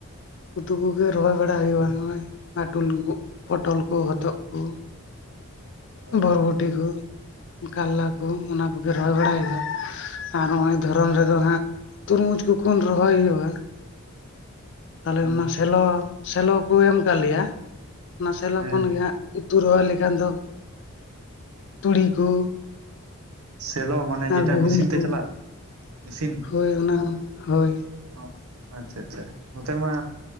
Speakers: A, on the left (about 55°); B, on the right (about 70°).
A: ᱩᱛᱩ ᱠᱚᱜᱮ ᱨᱚᱦᱚᱭ ᱵᱟᱲᱟ ᱦᱩᱭᱩᱜᱼᱟ
B: ᱟᱪᱪᱷᱟ,
A: ᱱᱚᱜᱼᱚᱭ ᱦᱟᱴᱩᱞ ᱠᱚ ᱚ ᱯᱚᱴᱚᱞ ᱠᱚ ᱦᱚᱛᱚᱫ ᱠᱚ।
B: ᱚ
A: ᱵᱚᱨᱵᱷᱚᱴᱤ ᱠᱩ। ᱠᱟᱞᱞᱟ ᱠᱚ ᱚᱱᱟ ᱠᱚᱜᱮ ᱨᱚᱦᱚᱭ ᱵᱟᱲᱟ ᱦᱩᱭᱩᱜᱼᱟ ᱟᱨ ᱱᱚᱜᱼᱚᱭ ᱫᱷᱚᱨᱚᱱ ᱨᱮᱫᱚ ᱦᱟᱸᱜ ᱛᱩᱨᱢᱩᱡᱽ ᱠᱚ ᱠᱩᱱ ᱨᱚᱦᱚᱭ ᱦᱩᱭᱩᱜᱼᱟ ᱛᱟᱞᱦᱮ
B: ᱦᱩᱸ,
A: ᱚᱱᱟ ᱥᱮᱞᱚ ᱥᱮᱞᱚ ᱠᱚ ᱮᱢ ᱠᱟᱜ ᱞᱮᱭᱟ ᱚᱱᱟ ᱥᱮᱞᱚ
B: ᱦᱮᱸ
A: ᱠᱷᱚᱱᱜᱮ ᱦᱟᱸᱜ ᱩᱛᱩ ᱨᱚᱦᱚᱭ ᱞᱮᱠᱷᱟᱱ ᱫᱚᱼᱼ ᱛᱩᱲᱤ ᱠᱩ
B: ᱥᱮᱞᱚ ᱢᱟᱱᱮ ᱡᱮᱴᱟ
A: ᱜᱩᱦᱩᱢ
B: ᱢᱮᱥᱤᱱ
A: ᱠᱚ
B: ᱛᱮ ᱪᱟᱞᱟᱜ ᱢᱤᱥᱤᱱᱼᱼ
A: ᱦᱳᱭ ᱚᱱᱟ ᱦᱳᱭ
B: ᱚᱜ ᱟᱪᱪᱷᱟ ᱟᱪᱪᱷᱟ ᱱᱚᱛᱮ ᱢᱟ